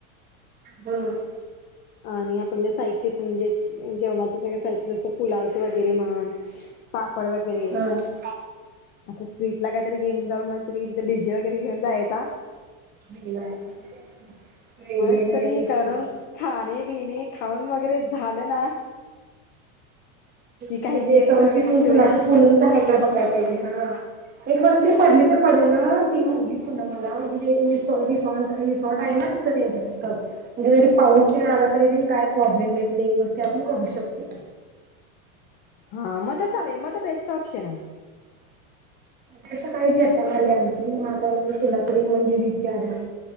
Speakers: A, on the right; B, on the left.
A: हम.
B: आणि आपण ज्या साहित म्हणजे जेवणाचं सगळं साहित्य जसं पुलावचं वगैरे म्हण, पापड वगैरे
A: हं
B: असं स्वीट ला काहीतरी घेऊन जाऊन <unintelligible> डीजे वगैरे घेऊन जायचा.
A: एन्जॉय एन्जॉय
B: मस्त
A: करायचचं
B: पैकी करून
A: का?
B: खाणे, पिणे खाऊन वगैरे झालं ना कि
A: म्हणजे,
B: काही गेम्स वगैरे
A: <unintelligible>
B: खेळूया
A: पोरींच हायं का बघायचं? हा एक वस्ती पडली तर पडे न ती म्हणली पुनम मला म्हणजे, रिसॉ- रिसॉर्ट आहे ना तिथं त्यांच्या तिथं म्हणजे जरी पाऊस आला तरी, काय प्रॉब्लेम नाही तिथे एक वस्ती आपण करू शकतोय.
B: हा, मग तर चालेल, मग तर बेस्ट ऑप्शन आहे.
A: ते सकाळी चर्चा झाली, आमची म आता तिला तरी म्हणजे विचारान